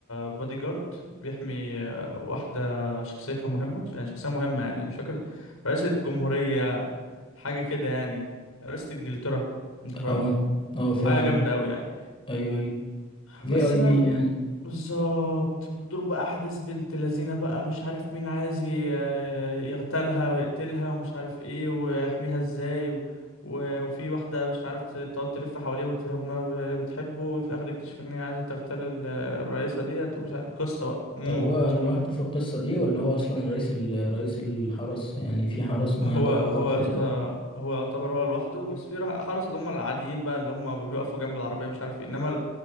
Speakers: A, on the left; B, on the left.
A: بودي جارد بيحمي آه، واحدة شخصيتها مهمة يعني شخصية مهمة يعني مش فاكر رئيسة جمهورية حاجة كده يعني رئيسة إنجلترا أنت فاهم؟
B: اه اه فاهم
A: حاجة جامدة أوي يعني
B: أيوه أيوه في
A: بس
B: أي
A: بقى
B: بي يعني
A: بالظبط بتدور بقى احداث بنت لذينه بقى مش عارف مين عايز ي- يغتالها ويقتلها ومش عارف ايه ويحميها ازاي و... و... وفي واحده مش عارف ت- تقعد تلف حواليه وتفهمه ان هو- هي بتحبه وفي الاخر يكتشف ان هي عايزه تغتال ال- الرئيسه ديت ومش عارف قصه بقى موت
B: طب هو لوحده في القصة دي ولا هو أصلا رئيس ال... رئيس الحرس يعني في حرس معاه
A: هو
B: بقى
A: هو
B: وفي فرقة
A: يا اسطى هو يعتبر هو لوحده بس في رح- حرس اللي هم العاديين بقى اللي هم بيقفوا جنب العربيه مش عارف ايه انما ال-